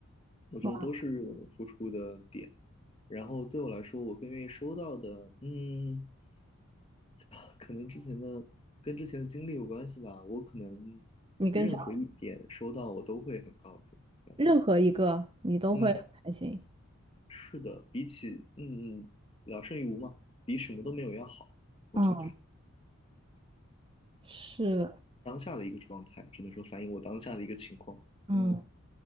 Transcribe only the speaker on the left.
我觉得都是我能付出的点。
然后对我来说，我更愿意收到的，嗯，<laughs> 啊可能之前的跟之前的经历有关系吧。我可能
任何一点收到，我都会很高兴，这样子。
嗯，是的，比起嗯嗯聊胜于无嘛，比什么都没有要好。我觉得
当下的一个状态，只能说反映我当下的一个情况。
嗯。